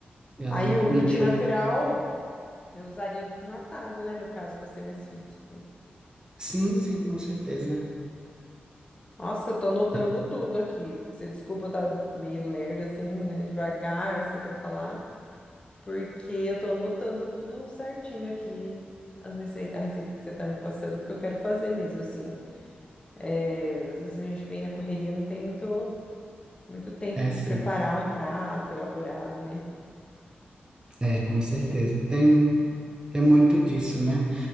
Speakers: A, on the right (about 20°); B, on the left (about 30°).
A: Ela
B: Aí o
A: me
B: iogurte
A: deu,
B: natural eu usaria o desnatado, né, no caso, para ser mais fit, assim.
A: sim, sim, com certeza,
B: Nossa, eu tô anotando
A: é,
B: tudo aqui. Você desculpa eu tá meio lerda assim, né, devagar assim para falar. porque eu tô anotando tudo certinho aqui, as recei- a receita que você tá me passando, porque eu quero fazer mesmo, assim. É, às vezes a gente vem na correria, não tem muito, muito tempo
A: é
B: de
A: sim,
B: preparar um prato elaborado, né?
A: é, com certeza, tem, tem muito disso, né?